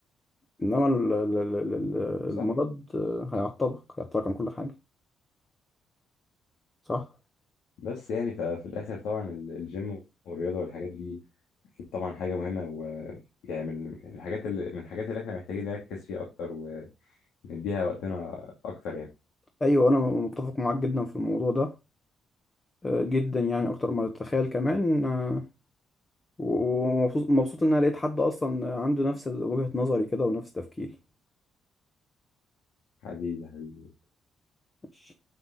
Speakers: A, on the left; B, on the left.
A: انما ال- ال- ال- ال-
B: صح
A: المرض آه، هيعطلك هيعطلك عن كل حاجة صح
B: بس يعني ففي الاخر طبعا ال- الجيم والرياضه والحاجات دي اكيد طبعا حاجه مهمه ويعني من من الحاجات اللي من الحاجات اللي احنا محتاجين نركز فيها اكتر ونديها وقتنا اكتر يعني
A: ايوه انا متفق معاك جدا في الموضوع ده آه، جدا يعني اكتر ما تتخيل كمان آه، ومبسوط مبسوط ان انا لقيت حد اصلا عنده نفس وجهة نظري كده ونفس تفكيري
B: حبيبي حبيبي
A: ماشي.